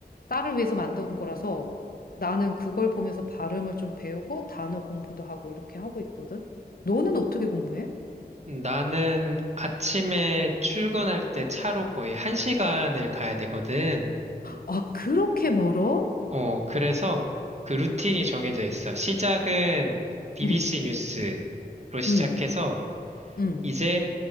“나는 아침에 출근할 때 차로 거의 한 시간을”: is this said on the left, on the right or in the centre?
Right